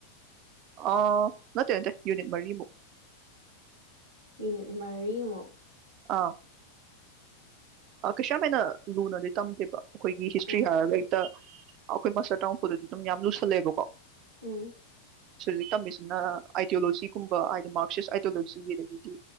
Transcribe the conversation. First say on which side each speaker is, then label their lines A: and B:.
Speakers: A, on the right (about 40°); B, on the right (about 75°).
A: ꯑ ꯅꯠꯇꯦ ꯅꯠꯇꯦ ꯎꯅꯤꯠ ꯃꯔꯤꯃꯨꯛ
B: ꯌꯅꯤꯠ ꯃꯔꯤꯃꯛ
A: ꯑꯥ ꯀꯩꯁꯥꯝ ꯍꯥꯏꯅ ꯂꯨꯅꯗꯤ ꯇꯝꯗꯦꯕ ꯑꯩꯈꯣꯏꯒꯤ ꯍꯤꯁꯇ꯭ꯔꯤ
B: ꯎꯝ
A: ꯍꯥꯏꯔꯒ ꯍꯛꯇ ꯑꯩꯈꯣꯏ ꯃꯆꯥꯥ ꯇꯔꯥꯃꯨꯝꯐꯨꯗꯗꯤ ꯑꯗꯨꯝ ꯌꯥꯝ ꯂꯨꯁꯜꯂꯦꯕꯀꯣ
B: ꯎꯝ
A: ꯁꯤ ꯍꯧꯖꯤꯛ ꯇꯝꯃꯤꯁꯤꯅ ꯑꯥꯏꯗꯤꯌꯣꯂꯣꯖꯤꯒꯨꯝꯕ ꯍꯥꯏꯗꯤ ꯃꯥꯔꯁꯤꯁ ꯑꯥꯏꯗꯌꯣꯂꯣꯖꯤ ꯑꯗꯒꯤꯗꯤ